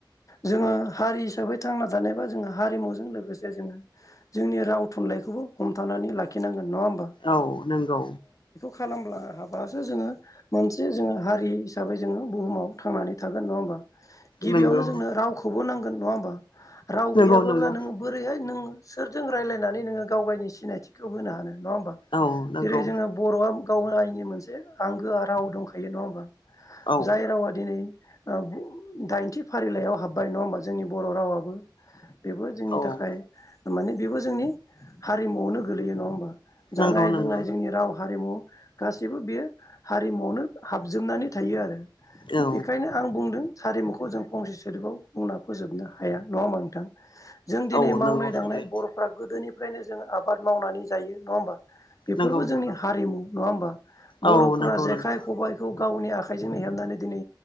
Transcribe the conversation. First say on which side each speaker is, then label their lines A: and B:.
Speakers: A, on the left; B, on the left.
A: जोङो हारि हिसाबै थांना थानायबा जोो हारिमुजों लोगोसे जोङो जोंनि नि राव थुनलाइखौबो हमथानानै लाखिनांगोन नङा होमबा?
B: औ नंगौ
A: खालामब्ला हाबासो जोङो मोनसे जोङो हारि हिसाबै जोङो बुहुमाव थांनानै थागोन नङा होमबा? गिबियावनो
B: नंगौ
A: जोंनो रावखौबो नांगोन नङा होमबा? राव
B: नंगौ
A: गैयाबोला
B: नंगौ
A: नोङो बोरैहाय नों सोरजों रायलायनानै नोङो गाव गावनि सिनायथिखौ होनो हानो नङा होमबा?
B: औ नंगौ
A: जेरै जोङो बर'आ गाव आइनि मोनसे आंगोआ राव दंखायो नङा होमबा?
B: औ
A: जाय रावा दिनै ओ दाइनथि फारिलाइयाव हाबबाय नङा होमबा जोंनि बर' रावाबो। बेबो जोंनि
B: औ
A: थाखाय माने बेबो जोंनि हारिमुआवनो गोलैयो नङा होमबा?
B: नंगौ
A: जानाय
B: नंगौ
A: लोंनाय जोंनि राव हारिमु गासिबो बेयो हारिमुआवनो हाबजोबनानै थायो आरो।
B: औ
A: बेखायनो आं बुंदों हारिमुखौ जों फंसे सोदोबाव बुंना फोजोबनो हाया नङा होमा नोंथां? जों दिनै
B: औ
A: मावनाय
B: नंगौ
A: दांनाय
B: थारै
A: बर'फ गोदोनिफ्रायनो जों आबाद मावनानै जायो नङा होमबा? बेफोरबो
B: नंगौ
A: जोंनि हारिमु नङा होमबा? बर'फोरा
B: औ नंगौ
A: जेखाइ
B: नंगौ
A: खबायखौ गावनि आखा आखाइजोंनो हेबनानै दिनै